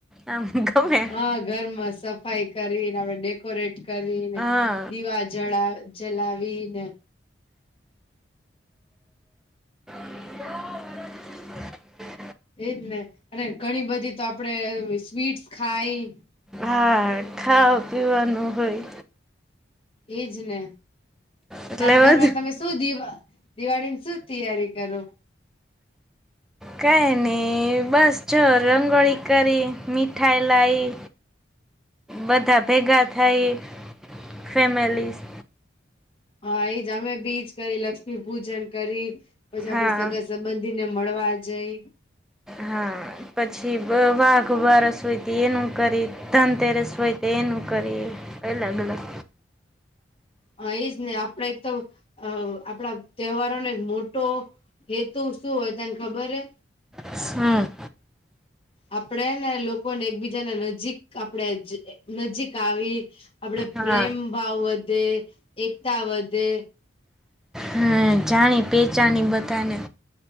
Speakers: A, in the centre; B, on the left.
A: આમ ગમે.
B: આ ઘરમાં સફ સફાઈ કરવીને આપડે ડેકોરેટ કરીને
A: હા
B: દીવા જળા જલાવીને
A: <inaudible>
B: એ જ ને અને ઘણી બધી તો આપડે સ્વીટ્સ ખાઈ
A: હા ખાવા પીવાનું હોય.
B: એ જ ને
A: એટલે
B: તારા ઘરમાં
A: વધુ
B: તમે શું દિવ દિવાળીની શું તૈયારી કરો?
A: કઈ ની બસ જો રંગોળી કરી મીઠાઈ લાઈ બધા ભેગા થાય ફૅમિલીસ
B: હ એ જ અમે બી ઈ જ કરી લક્ષ્મી પૂજન કરી પછી
A: હા
B: આપડે સગા સ બંધી ને મળવા જઈ.
A: હા પછી વ વાઘ બારસ હોય એનું કરી ધનતેરસ હોય તો એનું કરી અલગ અલગ
B: અ એ જ ને આપડે એક તો અ આપડા તહેવારોને મોટો હેતું શું હોય તને ખબર હે?
A: હમ
B: આપડે હેને લોકોને એકબીજાને નજીક આપડે નજીક આવી. આપડે
A: હા
B: પ્રેમ ભાવ વધે એકતા વધે
A: હમ જાણી પેચાણી બધાને